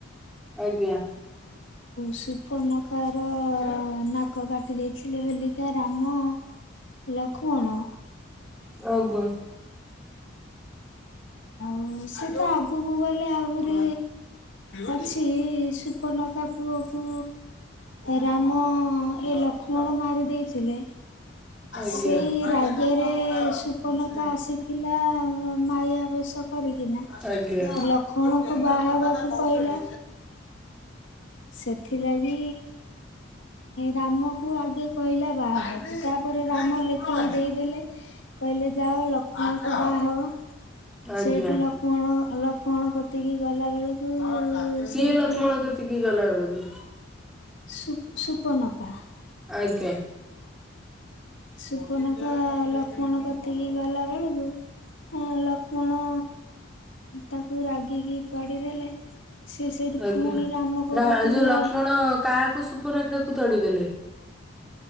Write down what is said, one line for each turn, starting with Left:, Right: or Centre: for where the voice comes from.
Centre: ଆଜ୍ଞା।
Left: ସୁଫନକାର ନାକ କାଟି ଦେଇଥିଲେ ବୋଲିକା ରାମ ଲକ୍ଷ୍ମଣ
Centre: ଆଜ୍ଞା
Left: ହ ସେ ତ ଆଗକୁ ଗଲେ ଆହୁରି ଅଛି ସୁପନକା ପୁଅ କୁ ରାମ ଏ ଲକ୍ଷ୍ମଣ ମାରି ଦେଇଥିଲେ।
Centre: ଆଜ୍ଞା ଆଜ୍ଞା
Left: ସେଇ ରାଗରେ ସୁପନକା ଆସିଥିଲା ମାୟା ବେଶ କରିକିନା
Centre: ଆଜ୍ଞା
Left: ଲକ୍ଷ୍ମଣ କୁ ବାହା ହେବାକୁ କହିଲା। ସେଥିଲାଗି ରାମକୁ ଆଗେ କହିଲା ବାହା ହେବାକୁ ତାପରେ ରାମ ଲେଖନୀ ଦେଇଦେଲେ କହିଲେ ଯାଅ ଲକ୍ଷ୍ମଣଙ୍କୁ ବାହା ହବ।
Centre: ଆଜ୍ଞା
Left: ସେଇଠୁ ଲକ୍ଷ୍ମଣ ଲକ୍ଷ୍ମଣ କତିକି ଗଲା ବେଳକୁ
Centre: କିଏ
Left: ସେଇଠୁ
Centre: ଲକ୍ଷ୍ମଣ କତିକି ଗଲା ବେଳକୁ
Left: ସୁ ସୁପନକା।
Centre: ଆଜ୍ଞା
Left: ସୁପନକା ଲକ୍ଷ୍ମଣ କତିକି ଗଲା ବେଳକୁ ଲକ୍ଷ୍ମଣ ତାକୁ ରାଗିକି ତଡ଼ିଦେଲେ। ସେ ସେଇଠୁ
Centre: ଆଜ୍ଞା
Left: ପୁଣି ରାମଙ୍କ କତିକି
Centre: ଯୋଉ ଲକ୍ଷ୍ମଣ
Left: ଆଇ
Centre: କାହାକୁ ସୁପନେଖାକୁ ତଡିଦେଲେ?